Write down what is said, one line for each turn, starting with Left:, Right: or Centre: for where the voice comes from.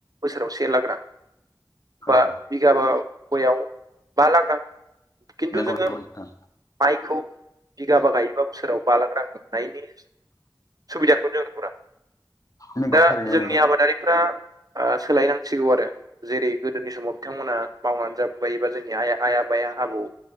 Right: बोसोराव से लाग रां बा
Left: औ
Right: बिगाबा गयाव बा लाख रां खिन्थु
Left: नोंगौ
Right: जोङो
Left: नंगौ नोंथां
Right: माइखौ बिगाबा गायोबा बोसोराव बा लाख रां मोननायनि सुबिदाखौनो जों नुहुरा
Left: नंगौ
Right: दा
Left: थारैनो
Right: जोंनि
Left: नंगौ
Right: आबादारिफ्रा आ सोलायनांसिगौ आरो जेरै गोदोनि समाव बिथांमोना मावनानै जाबोबाय बा जोंनि आइ आइ आफाया आबौ